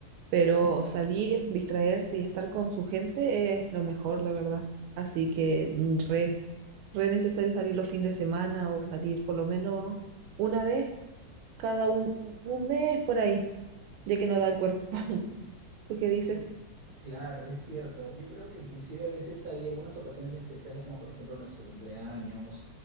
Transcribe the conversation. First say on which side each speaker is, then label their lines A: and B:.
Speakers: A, on the right; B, on the right.
A: pero salir, distraerse y estar con su gente es lo mejor, la verdad. Así que mm, re, re necesario salir los fines de semana o salir por lo menos una vez cada un, un mes por ahí, ya que no da el cuerpo. <laughs> ¿Tú qué dices?
B: Sí. Claro, es cierto. Yo creo que inclusive a veces hay algunas ocasiones especiales, como por ejemplo nuestro cumpleaños